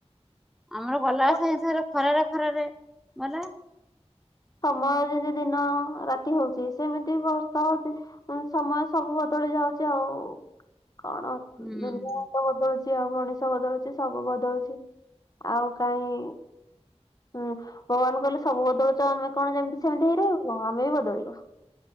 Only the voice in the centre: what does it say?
ଆମର ଗଲା
ବଷ ଖରାରେ ଖରାରେ ଗଲା।
ହୁଁ।